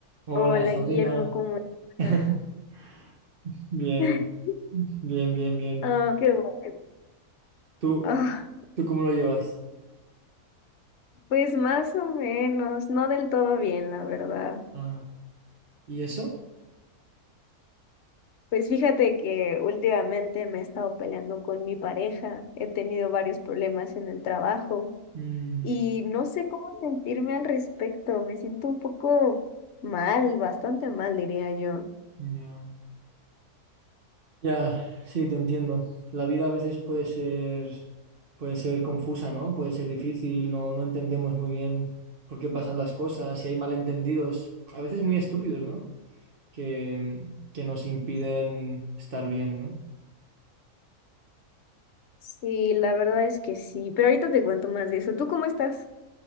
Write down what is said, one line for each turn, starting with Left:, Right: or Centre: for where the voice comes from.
Right: Hola,
Left: Hola
Right: Sabrina.
Left: Guillermo, ¿cómo estás?
Right: <laughs> Bien,
Left: <laughs>
Right: bien, bien, bien.
Left: Ah, qué bueno.
Right: ¿Tú,
Left: Ah,
Right: tú cómo lo llevas?
Left: pues más o menos, no del todo bien, la verdad.
Right: Ah, ¿y eso?
Left: Pues fíjate que últimamente me he estado peleando con mi pareja, he tenido varios problemas en el trabajo
Right: Mm,
Left: y no sé cómo sentirme al respecto, me siento un poco mal, bastante mal, diría yo.
Right: ya. Ya, sí, te entiendo. La vida a veces puede ser, puede ser confusa, ¿no? Puede ser difícil, no, no entendemos muy bien por qué pasan las cosas y hay malentendidos, a veces muy estúpidos, ¿no? Que, que nos impiden estar bien, ¿no?
Left: Sí, la verdad es que sí, pero ahorita te cuento más de eso. ¿Tú cómo estás?